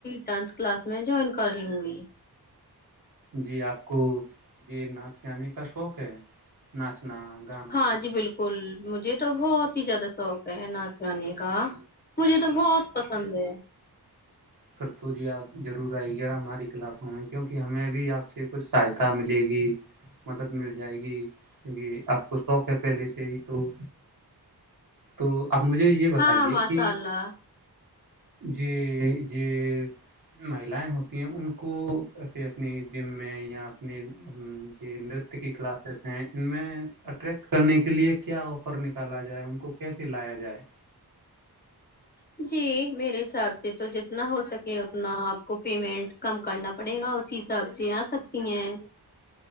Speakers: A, on the left; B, on the right.
A: ڈانس کلاس میں جوائن کر لوں گی
B: جی آپ کو یہ ناچ گانے <inaudible> کا شوق ہے <unintelligible> ناچنا گانا
A: ہاں جی بالکل مجھے تو بہت ہی زیادہ شوق ہے ناچ گانے کا مجھے تو بہت پسند ہے
B: کر تو جی آپ ضرور آئیےا ہمارے کلاقوں میں کیونکہ ہمیں بھی آپ سے کچھ سہایتا ملے گی مدد ملی جائے گی کیونکہ آپ کو سوق پہلے سے ہی تو تو آپ مجھے یہ بتائیے
A: ہاں ماشاء
B: کہ
A: اللہ
B: جی <inaudible> ج مہیلائیں ہوتی ہیں ان کو ایسے اپنی جم میں یا اپنی نرت کی کلاسز ہیں ان میں اٹریکٹ کرنے کے لیے کیا آفر نکالا جائے ان کو کیسے لایا جائے
A: <unintelligible> تو جتنا ہو سکے اتنا آپ کو پیمنٹ کم کرنا پڑے گا اسی حساب سے آ سکتی ہیں